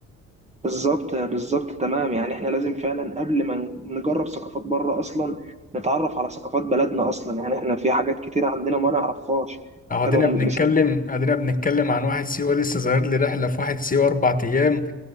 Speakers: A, on the right; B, on the left.
A: بالظبط بالظبط تمام يعني احنا لازم فعلا قبل ما نجرب ثقافات بره اصلا نتعرف على ثقافات بلدنا اصلا يعني احنا في حاجات كتير عندنا ما نعرفهاش
B: اهو ادينا
A: فلو مثال
B: بنتكلم ادينا بنتكلم عن واحد سيوة لسه ظاهر لي رحلة في واحد سيوة أربع أيام